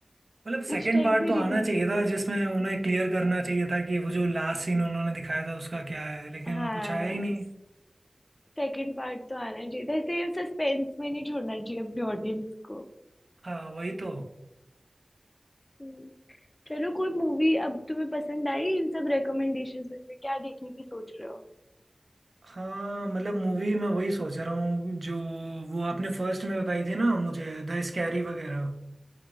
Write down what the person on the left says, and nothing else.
उस टाइम
पे
रिलीज
हुई थी
आई
थिंक
हाँ
सेकंड पार्ट तो आना चाहिए था ऐसे सस्पेंस में नहीं छोड़ना चाहिए अपने ऑडियंस को
हम्म, चलो कोई मूवी अब तुम्हें पसंद आई इन सब रिकमेंडेशंस में से क्या देखने की सोच रहे हो